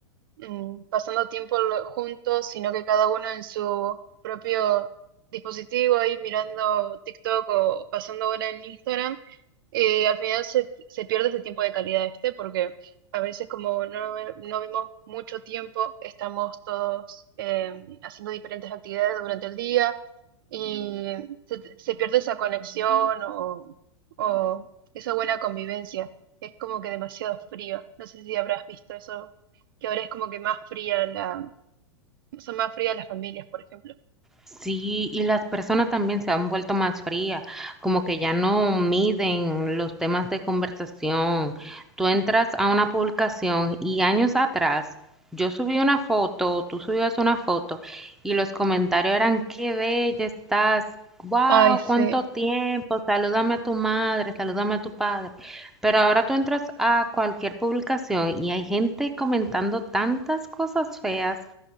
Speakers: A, on the right (about 50°); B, in the centre.
A: mm, pasando tiempo lo- juntos, sino que cada uno en su propio dispositivo ahí mirando TikTok o pasando hora en Instagram, eh, al final se, se pierde ese tiempo de calidad, ¿viste? Porque a veces como no, ve- no vemos mucho tiempo, estamos todos em, haciendo diferentes actividades durante el día y se, se pierde esa conexión o, o esa buena convivencia. Es como que demasiado fría. No sé si habrás visto eso, que ahora es como que más fría la, son más frías las familias, por ejemplo.
B: Sí, y las personas también se han vuelto más frías, como que ya no miden los temas de conversación. Tú entras a una publicación y años atrás yo subí una foto, tú subías una foto y los comentarios eran, qué bella estás, wow,
A: Ay, sí,
B: cuánto tiempo, salúdame a tu madre, salúdame a tu padre. Pero ahora tú entras a cualquier publicación y hay gente comentando tantas cosas feas